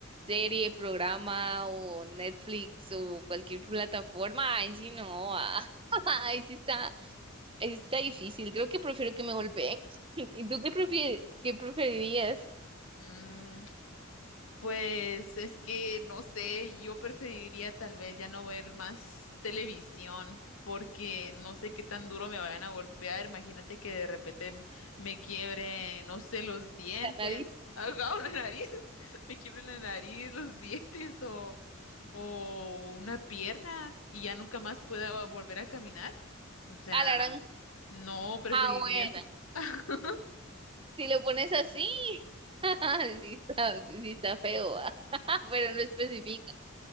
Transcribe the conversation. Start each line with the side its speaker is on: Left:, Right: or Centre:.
Right: serie, programa o Netflix o cualquier plataforma, ahí sí no, ah, <laughs> ahí sí está, ahí sí está difícil, creo que prefiero que me golpeen. <laughs> ¿Y tú qué prefie qué preferirías?
Left: Mm, Pues es que no sé, yo preferiría tal vez ya no ver más televisión porque no sé qué tan duro me vayan a golpear. Imagínate que de repente m- me quiebre, no sé, los dientes,
Right: La nariz.
Left: <laughs> ajá, o la nariz, <laughs> me quiebre la nariz, los dientes o, o una pierna y ya nunca más pueda volver a caminar. O sea,
Right: Alarán.
Left: no preferiría.
Right: Ah, bueno,
Left: <laughs>
Right: si lo pones así. <laughs> Sí está, sí está feo, ah, <laughs> Pero no especifica.